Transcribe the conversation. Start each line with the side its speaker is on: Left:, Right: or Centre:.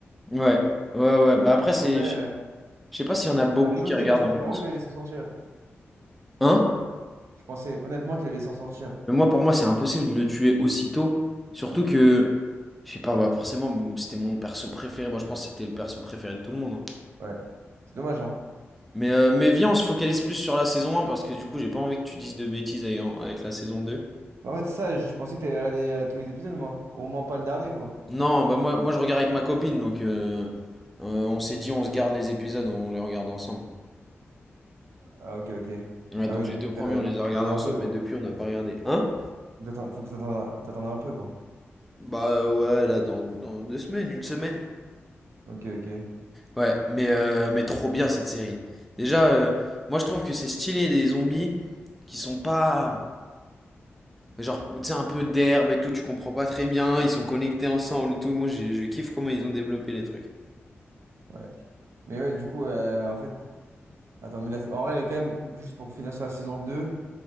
Centre: Ouais, ouais, ouais. Bah après,
Right: En
Centre: c'est,
Right: vrai,
Centre: je
Right: euh,
Centre: je sais pas s'il y en a beaucoup
Right: ça m'a choqué,
Centre: qui regardent
Right: moi je pensais
Centre: en France.
Right: vraiment qu'il allait s'en sortir.
Centre: Hein?
Right: Je pensais honnêtement qu'il allait s'en sortir.
Centre: Mais moi, pour moi, c'est impossible de le tuer aussitôt. Surtout que, je sais pas, bah forcément, bon, c'était mon perso préféré. Moi, je pense que c'était le perso préféré de tout le monde. hein.
Right: Ouais. C'est dommage, hein.
Centre: Mais, euh, mais viens, on se focalise plus sur la saison un parce que du coup, j'ai pas envie que tu dises de bêtises avec avec la saison 2.
Right: Bah, En fait, c'est ça, je pensais que t'avais regardé euh, tous les épisodes, moi. Au moins pas le dernier, quoi.
Centre: Non, bah moi, moi je regarde avec ma copine, donc euh, euh, on s'est dit on
Right: Ah,
Centre: se garde
Right: oui.
Centre: les épisodes, on les regarde ensemble.
Right: Ah, ok, ok.
Centre: Ouais,
Right: Ah
Centre: donc
Right: oui,
Centre: les
Right: donc
Centre: deux premiers
Right: t'as-
Centre: on les
Right: faut
Centre: a regardés
Right: t'attendre
Centre: ensemble,
Right: un peu, quoi.
Centre: mais depuis on n'a pas regardé. Hein?
Right: Faut t'attendre- faut que t'attendre t'attendre un peu, quoi.
Centre: Bah euh, ouais, là dans, dans deux semaines, une semaine.
Right: Ok, ok.
Centre: Ouais, mais, euh, mais trop bien cette série. Déjà, euh, moi je trouve que c'est stylé des zombies qui sont pas... Genre, tu sais, un peu d'herbe et tout, tu comprends pas très bien, ils sont connectés ensemble et tout. Moi, j'ai- je kiffe comment ils ont développé les trucs.
Right: Ouais. Mais ouais, du coup, euh, en fait... Attends, mais là, en vrai, elle est quand même... Juste pour finir sur la saison 2